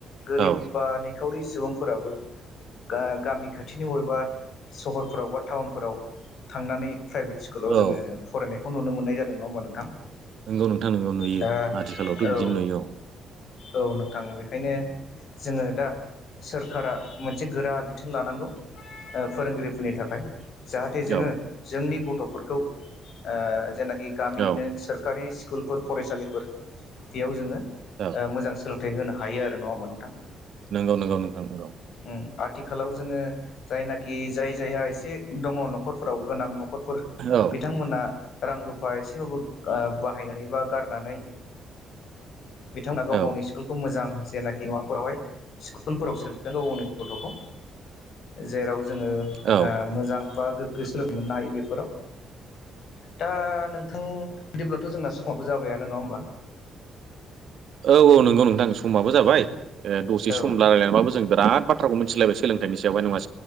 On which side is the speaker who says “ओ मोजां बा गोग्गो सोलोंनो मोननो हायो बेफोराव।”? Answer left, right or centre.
Left